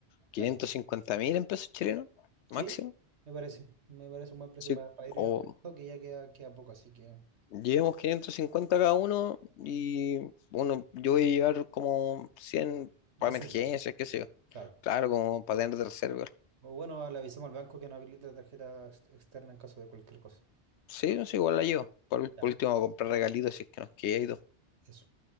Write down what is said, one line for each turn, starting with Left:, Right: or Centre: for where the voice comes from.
Right: claro,
Left: quinientos cincuenta mil en pesos chilenos, máximo.
Right: Sí, me parece. Me parece un buen precio
Left: Sí,
Right: para, para ir
Left: o
Right: ahorrando, que ya queda, queda poco, así que
Left: Llevamos 550 cada uno y bueno, yo voy a llevar como 100
Right: reserva,
Left: para emergencias, qué sé yo.
Right: claro.
Left: Claro, como para tener de reserva.
Right: O bueno, le avisamos al banco que no habilite la tarjeta ex- externa en caso de cualquier cosa.
Left: Sí, sí, igual la llevo. Por, ul-
Right: Ya,
Left: por último, comprar regalitos si es que nos queda y todo.
Right: eso.